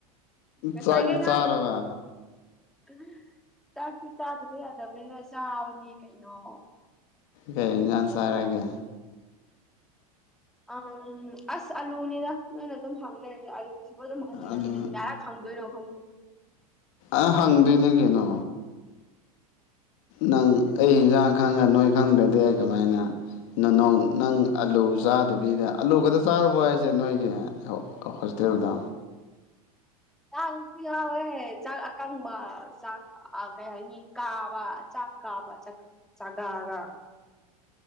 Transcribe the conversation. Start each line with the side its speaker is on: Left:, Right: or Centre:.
Centre: ꯉꯁꯥꯏꯈꯩ
Left: ꯆꯥꯛꯇꯤ
Centre: ꯉꯥꯡ
Left: ꯆꯥꯔꯕ
Centre: <unintelligible> ꯆꯥꯛꯇꯤ ꯆꯥꯗꯕ ꯌꯥꯗꯕꯅꯤꯅ ꯆꯥꯕꯅꯤ ꯀꯩꯅꯣ
Left: ꯀꯩ ꯏꯟꯖꯥꯡ ꯆꯥꯔꯒꯦ
Centre: ꯎꯝ ꯑꯁ ꯑꯥꯂꯨꯅꯤꯅ ꯅꯣꯏꯅ ꯑꯗꯨꯝ ꯍꯪ ꯂꯩꯔꯁꯦ ꯑꯂꯨꯁꯤꯕꯨ ꯑꯗꯨꯝ ꯍꯟꯖꯤꯟ
Left: ꯑꯗꯨ
Centre: ꯍꯟꯖꯤꯟ ꯀꯌꯥꯔꯛ ꯍꯪꯗꯣꯏꯅꯣ ꯈꯪꯗꯦ
Left: ꯑ ꯍꯪꯗꯣꯢꯅꯦ ꯀꯩꯅꯣ ꯅꯪ ꯑꯩ ꯍꯦꯟꯖꯥꯡ ꯈꯪꯉ ꯅꯣꯏ ꯈꯪꯗ꯭ꯔꯗꯤ ꯑꯩ ꯀꯃꯥꯏꯅ ꯅ ꯅꯣꯡ ꯅꯪ ꯑꯂꯨ ꯆꯥꯗꯕꯤꯗ ꯑꯥꯂꯨ ꯈꯛꯇ ꯆꯥꯔꯕꯣ ꯍꯥꯏꯁꯦ ꯅꯣꯏꯒꯤ ꯍꯣꯁꯇꯦꯜꯗꯣ
Centre: ꯆꯥꯛꯁꯨ ꯌꯥꯎꯋꯦ ꯆꯥꯛ ꯀꯪꯕ ꯆꯥꯛ ꯀꯩ ꯍꯥꯏꯅꯤ ꯀꯥꯕ ꯆꯥꯛ ꯀꯥꯕ ꯆꯥꯛ ꯆꯒꯥꯒ